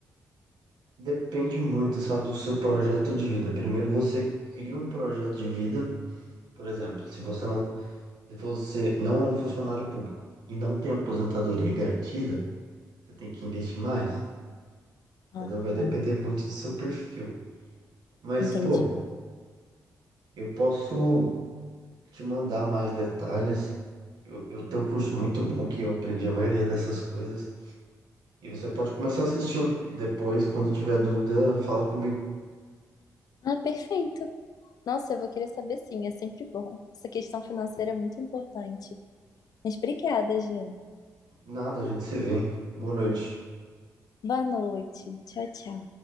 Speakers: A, on the right; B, on the left.
A: Depende muito, sabe, do seu projeto de vida. Primeiro você cria um projeto de vida, por exemplo, se você não Se você não é um funcionário público e não tem aposentadoria garantida, você tem que investir mais, entendeu?
B: Aham,
A: Vai depender muito do seu perfil. Mas,
B: entendi.
A: pô, eu posso te mandar mais detalhes. Eu, eu tenho um curso muito bom que eu aprendi a maioria dessas coisas. E você pode começar assistindo. E depois, quando tiver dúvida, fala comigo.
B: Ah, perfeito. Nossa, eu vou querer saber sim, é sempre bom. Essa questão financeira é muito importante. Mas obrigada, Jean.
A: Nada, a gente se vê. hein? Boa noite.
B: Boa noite. Tchau, tchau.